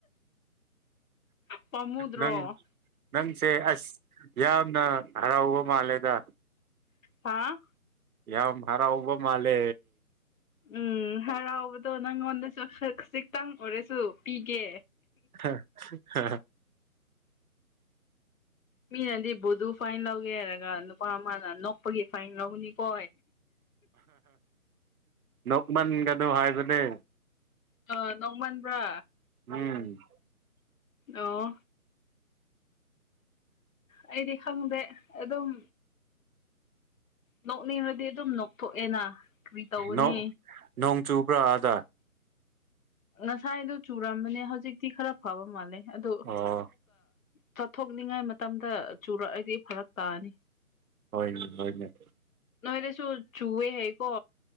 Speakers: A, on the left; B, on the right.
A: ꯄꯥꯝꯃꯨꯗ꯭ꯔꯣ
B: ꯅꯪ ꯅꯪꯁꯦ ꯑꯁ ꯌꯥꯝꯅ ꯍꯔꯥꯎꯕ ꯃꯥꯜꯂꯦꯗ
A: ꯍꯥꯥ
B: ꯌꯥꯝ ꯍꯔꯥꯎꯕ ꯃꯥꯂꯦ
A: ꯎꯝ ꯍꯔꯥꯎꯕꯗꯣ ꯅꯪꯉꯣꯟꯗꯁꯨ ꯈꯖꯤꯛꯇꯪ ꯑꯣꯏꯔꯁꯨ ꯄꯤꯒꯦ
B: ꯍ ꯍ
A: ꯃꯤꯅꯗꯤ ꯕꯨꯗꯨ ꯐꯥꯏꯟ ꯂꯧꯒꯦ ꯍꯥꯏꯔꯒ ꯅꯨꯄꯥ ꯑꯃꯅ ꯅꯣꯛꯄꯒꯤ ꯐꯥꯏꯟ ꯂꯧꯅꯤꯀꯣ
B: ꯅꯣꯛꯃꯟꯒꯗꯧ ꯍꯥꯏꯕꯅꯦ
A: ꯑ ꯅꯣꯡꯃꯟꯕ꯭ꯔꯥ
B: ꯎꯝ
A: ꯑꯣ ꯑꯩꯗꯤ ꯈꯪꯗꯦ ꯑꯗꯨꯝ ꯅꯣꯛꯅꯤꯡꯕꯗꯤ ꯑꯗꯨꯝ ꯅꯣꯛꯊꯣꯛꯑꯦꯅ ꯀꯔꯤ ꯇꯧꯒꯅꯤ
B: ꯅꯣꯡ ꯅꯣꯡ ꯆꯨꯕ꯭ꯔꯥ ꯑꯗ
A: ꯉꯁꯥꯏꯗꯨꯣ ꯆꯨꯔꯝꯕꯅꯦ ꯍꯧꯖꯤꯛꯇꯤ ꯈꯔ ꯐꯕ ꯃꯥꯜꯂꯦ ꯑꯗꯣ
B: ꯑꯣ
A: ꯆꯠꯊꯣꯛꯅꯤꯡꯉꯥꯏ ꯃꯇꯝꯗ ꯆꯨꯔꯛꯑꯗꯤ ꯐꯔꯛ ꯇꯥꯅꯤ
B: ꯍꯣꯏꯅꯦ ꯍꯣꯏꯅꯦ
A: ꯅꯣꯏꯗꯁꯨ ꯆꯨꯋꯦ ꯍꯥꯏꯦ ꯀꯣ